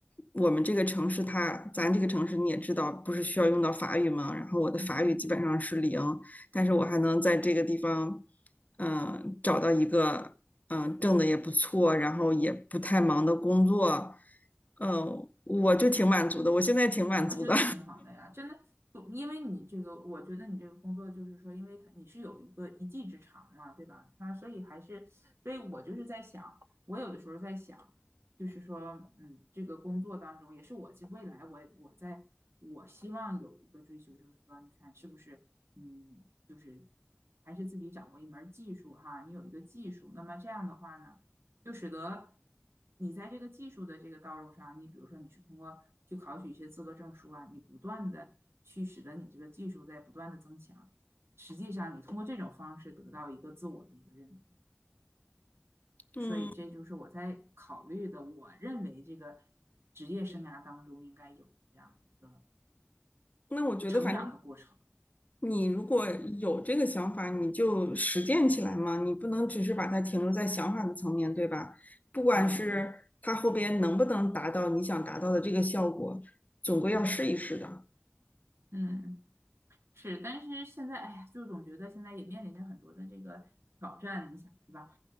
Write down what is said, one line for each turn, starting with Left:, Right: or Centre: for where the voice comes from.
Left: 我们这个城市它，咱这个城市你也知道，不是需要用到法语嘛，然后我的法语基本上是零，
Right: 嗯。
Left: 但是我还能在这个地方，嗯，找到一个嗯、呃挣的也不错，然后也不太忙的工作，嗯，我就挺满足的，我现在挺满足的，
Right: 我觉得挺好的呀，真的，不因为你这个，我觉得你这个工作就是说，因为他你是有一个一技之长嘛，对吧？他所以还是，所以我就是在想，我有的时候在想，就是说，嗯，这个工作当中也是我未来我我在我希望有一个追求，就是说，你看是不是，嗯，就是还是自己掌握一门儿技术哈，你有一个技术，那么这样的话呢？就使得你在这个技术的这个道路上，你比如说你是通过去考取一些资格证书啊，你不断的去使得你这个技术在不断的增强。实际上，你通过这种方式得到一个自我的一个认同，
Left: <laughs> 嗯，
Right: 所以这就是我在考虑的，我认为这个职业生涯当中应该有的这样一个
Left: 那我觉得反正。
Right: 成长的过程。
Left: 你如果有这个想法，你就实践起来嘛，你不能只是把它停留在想法的层面，对吧？不管是它后边能不能达到你想达到的这个效果，
Right: 嗯
Left: 总归要试一试的。
Right: 嗯嗯。是，但是现在，哎呀，就总觉得现在也面临着很多的这个挑战，你想是吧？